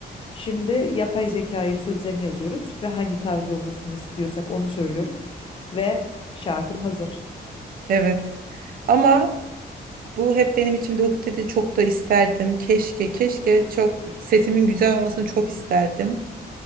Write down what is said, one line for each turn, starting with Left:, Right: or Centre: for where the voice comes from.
Left: Şimdi yapay zekayı sözlerini yazıyoruz ve hangi tarz olmasını istiyorsak onu söylüyoruz ve şarkın hazır.
Right: Evet. Ama Bu hep benim içimde ukdede çok da isterdim. Keşke, keşke çok sesimin güzel olmasını çok isterdim.